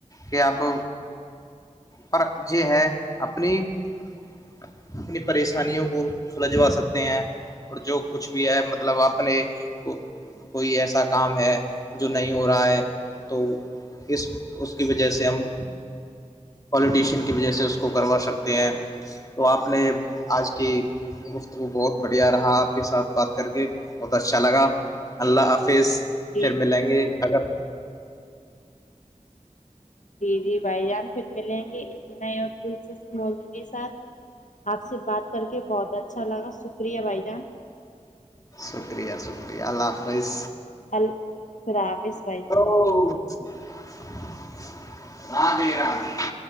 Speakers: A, on the left (about 25°); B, on the left (about 70°).
A: کہ اپ پر یہ ہے اپنی اپنی پریشانیوں کو سلجوا سکتے ہیں اور جو کچھ بھی ہے مطلب اپنے کوئی ایسا کام ہے جو نہیں ہو رہا ہے تو اس اس کی وجہ سے ہم پوالیٹیشین کی وجہ سے اس کو کروا سکتے ہیں تو آپ نے آج کی گفتگو بہت بڑھیا رہا آپ کے ساتھ بات کر کے بہت اچھا لگا اللہ حافظ
B: جی
A: پھر ملیں گے اگر
B: جی جی بھائی جان پھر ملیں گے ایک نئے اور دلچسپ موضوع کے ساتھ آپ سے بات کر کے بہت اچھا لگا شکریہ بھائی جان
A: شکریہ شکریہ اللہ حافظ
B: الل خراب اس سوائی
A: <unintelligible>